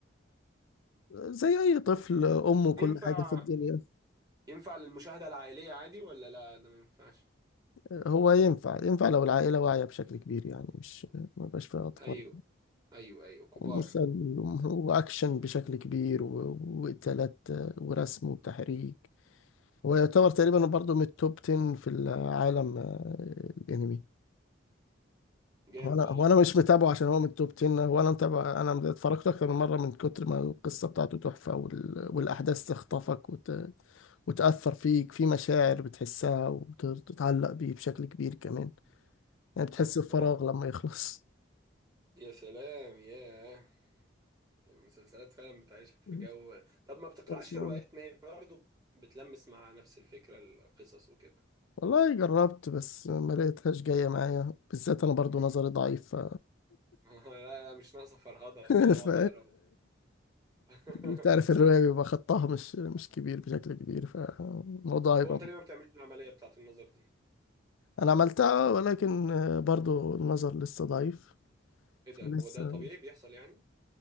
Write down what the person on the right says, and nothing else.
ينفع
ينفع للمشاهدة العائلية عادي ولا لا ده ما ينفعش
ايوه ايوه ايوه كبار
جامد
والله
طب
يا سلام يا المسلسلات فعلا بتعيشك في
جو طب ما بتقرأش
روايات ما هي برضه بتلمس مع نفس الفكرة القصص وكده
<laughs>
لا لا مش ناقصة فرهضة اللي
هو اقعد
اقرا <laughs>
طب
هو انت ليه ما بتعملش العملية بتاعت النظر دي
ايه ده
هو ده طبيعي بيحصل يعني